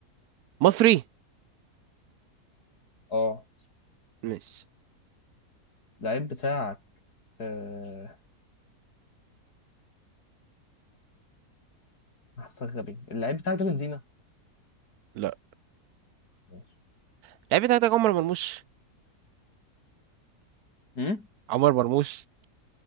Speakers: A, on the right; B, on the left.
A: مصري
B: اه
A: مش
B: اللعيب بتاعك آه، حاسسك غبي اللعيب بتاعك ده بنزيما
A: لا
B: ماشي
A: اللعيب بتاعك ده عمر مرموش
B: امم
A: عمر مرموش